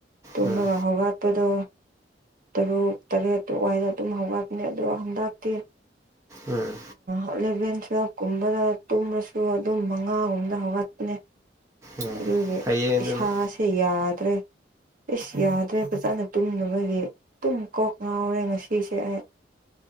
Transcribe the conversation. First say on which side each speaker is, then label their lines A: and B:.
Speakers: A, on the right; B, on the right.
A: ꯇꯨꯝꯕꯒ
B: ꯎꯝ
A: ꯍꯧꯒꯠꯄꯗꯣ ꯇꯔꯨꯛ ꯇꯔꯦꯠꯇꯨ ꯋꯥꯏꯗ ꯑꯗꯨꯝ ꯍꯧꯒꯠꯄꯅꯦ ꯑꯗꯣ ꯍꯟꯗꯛꯇꯤ
B: ꯎꯝ
A: ꯑꯦꯂꯦꯚꯦꯟ ꯇꯨꯋꯦꯜꯐꯀꯨꯝꯕꯗ ꯇꯨꯝꯃꯁꯨ ꯑꯗꯨꯝ ꯃꯉꯥꯒꯨꯝꯗ ꯍꯧꯒꯠꯄꯅꯦ
B: ꯎꯝ
A: ꯑꯗꯨꯒꯤ
B: ꯐꯩꯌꯦ ꯑꯗꯨꯅ
A: ꯏꯁꯥꯁꯤ ꯁꯤ ꯌꯥꯗ꯭ꯔꯦ ꯏꯁ ꯌꯥꯗ꯭ꯔꯦ ꯐꯖꯅ ꯇꯨꯝꯗꯕꯒꯤ ꯑꯗꯨꯝ ꯀꯣꯛ ꯉꯥꯎꯔꯦ ꯉꯁꯤꯁꯦ ꯑꯩ